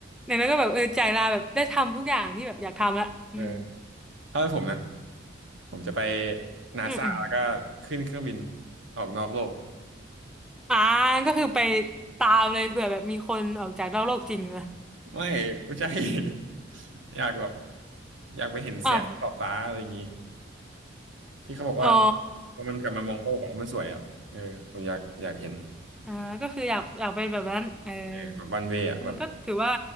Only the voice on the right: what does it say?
เออถ้าเป็นผมนะผมจะไปนาซาแล้วก็ขึ้นเครื่องบิน
ออกนอกโลก
ไม่ไม่ใช่ <laughs> อยากแบบอยากไปเห็นแสงขอบฟ้าอะไรอย่างนี้
ที่เขาบอกว่า
มันกลับมามองโลกอะมันสวยอะเออผมอยากอยากเห็น
เออแบบวันเวอ่ะแบบ